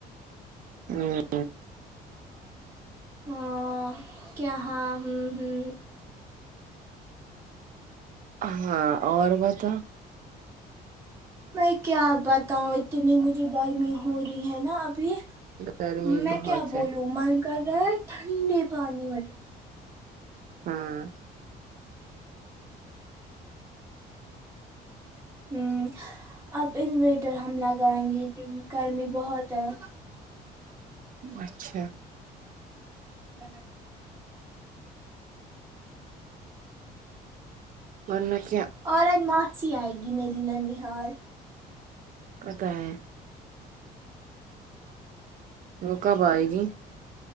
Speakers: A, on the right (about 55°); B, on the right (about 15°).
A: ہوں
B: ا کیا ہاں ہوں ہوں
A: ہاں اور بت
B: میں کیا بتاؤں اتنی مجھے گھر میں ہو رہی ہے نا ابھی
A: گرمی
B: میں
A: بہت
B: کیا بولوں
A: ہے
B: من گغر ٹھنڈے پانی مٹ
A: ہاں
B: ہوں اب انویٹر ہم لگائیں گے کیونکہ گرمی بہت ہے
A: اچھا
B: ہاں
A: اورورن کیا
B: اورت ماسیی آئے گی میری نن حال
A: پتا ہے وہ کب آئے گی